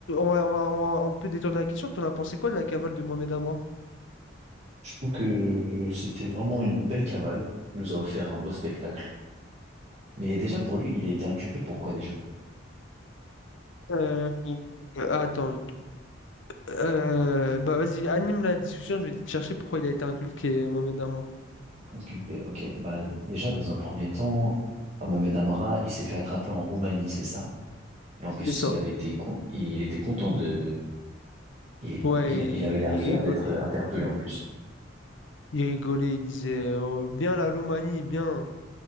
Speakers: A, on the left; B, on the right.
A: va, on va- on va- on peut détourner la question. T'en as pensé quoi de la cavale de Mohamed Amour?
B: Je trouve que c'était vraiment une belle cavale. Il nous a offert un beau spectacle. Mais déjà, pour lui, il a été inculpé. Pourquoi déjà?
A: Euh, attends. euh, bah vas-y, anime la discussion. Je vais te chercher pourquoi il a été inculqué, Mohamed Amour.
B: Inculpé, ok. Bah, déjà, dans un premier temps, Mohamed Amra, il s'est fait attraper en Roumanie, c'est ça? Et en plus,
A: C'est ça.
B: il avait été, con- il était content de, et,
A: Ouais,
B: et-
A: il,
B: il avait l'air fier
A: il rigolait.
B: d'être interpellé
A: Il,
B: en plus.
A: il rigolait. Il disait euh, oh, bien la Roumanie, bien.